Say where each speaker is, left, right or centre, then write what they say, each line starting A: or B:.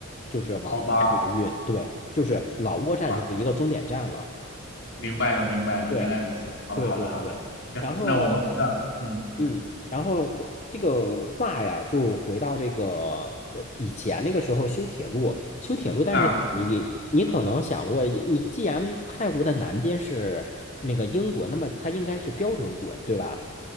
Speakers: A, on the left; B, on the left.
A: 就是往泰国运。
B: 好吧，
A: 对，就是老挝站就是一个终点站了。
B: 好吧，好吧，明白了，明白了，
A: 对
B: 原来如此。好的，
A: 对对对。
B: 好的，好的。行，
A: 然后
B: 那我们回到，嗯
A: 嗯，然后回这个话呀，就回到这个呃以前那个时候修铁路，修铁路，但是你你可能想过，
B: 啊，
A: 你既然泰国的南边是那个英国，那么它应该是标准轨，对吧？